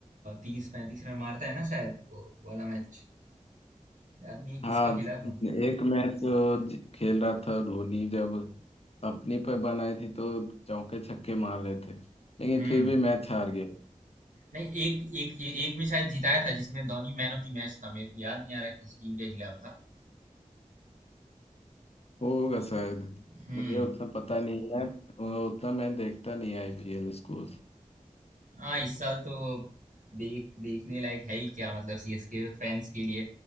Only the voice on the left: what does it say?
हाँ
एक मैच खेल रहा था धोनी जब अपनी पे बनाई थी तो चौके छक्के मार रहे थे लेकिन
फिर भी मैच हार गए
वो होगा
शायद
मुझे उतना पता नहीं है मैं उतना मैं देखता नहीं आईपीएल स्कोर